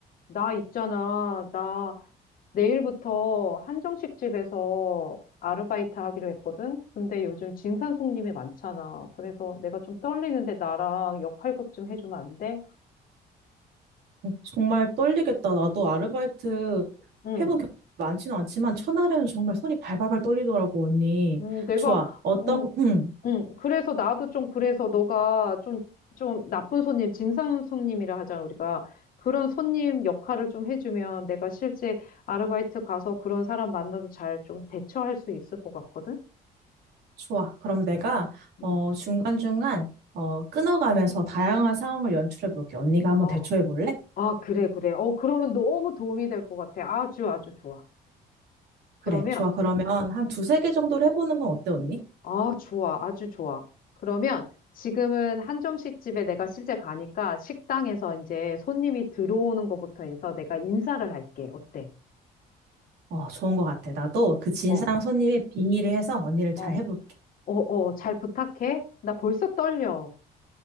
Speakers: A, on the left (about 55°); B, on the right (about 75°).
A: 나 있잖아. 나 내일부터 한정식 집에서 아르바이트 하기로 했거든. 근데 요즘 진산손님이 많잖아. 그래서 내가 좀 떨리는데 나랑 역할극 좀 해주면 안 돼?
B: 정말 떨리겠다. 나도 아르바이트
A: 응.
B: 해본 경험이 많지는 않지만 첫날에는 정말 손이 발발발 떨리더라고, 언니.
A: 음, 내가
B: 좋아. 어떤,
A: 음,
B: 응,
A: 음. 그래서 나도 좀 그래서 너가 좀 좀 나쁜 손님, 진상손님이라 하잖아, 우리가. 그런 손님 역할을 좀 해주면 내가 실제 아르바이트 가서 그런 사람 만나도 잘 좀 대처할 수 있을 것 같거든?
B: 좋아. 그럼 내가,
A: 음.
B: 어, 중간중간, 어, 끊어가면서 다양한 상황을 연출해 볼게. 언니가 한번
A: 어.
B: 대처해 볼래?
A: 아, 그래, 그래. 어, 그러면 너무 도움이 될 것 같아. 아주, 아주 좋아. 그러면,
B: 그래, 좋아. 그러면 한
A: 어,
B: 두세
A: 어.
B: 개 정도로 해보는 건 어때, 언니?
A: 아, 좋아. 아주 좋아. 그러면 지금은 한정식 집에 내가 실제 가니까 식당에서 이제 손님이 들어오는 것부터 해서 내가 인사를 할게. 어때?
B: 어, 좋은 것 같아. 나도
A: 어,
B: 그 진상
A: 어,
B: 손님의 빙의를 해서 언니를 잘
A: 어,
B: 해볼게.
A: 어, 어, 잘 부탁해. 나 벌써 떨려.